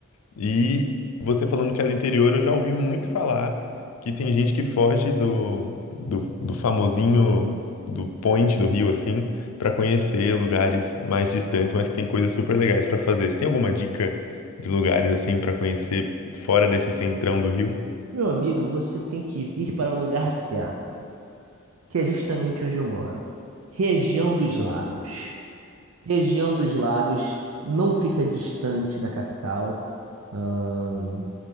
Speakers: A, on the left; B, on the right.
A: E você falando que é do interior, eu já ouvi muito falar que tem gente que foge do, do, do famosinho do point do Rio, assim, pra conhecer lugares mais distantes, mas que tem coisas super legais pra fazer. Você tem alguma dica de lugares, assim, pra conhecer fora desse centrão do Rio?
B: Meu amigo, você tem que vir para o lugar certo. que é justamente onde eu moro. Região dos Lagos. Região dos Lagos não fica distante da capital. ahn,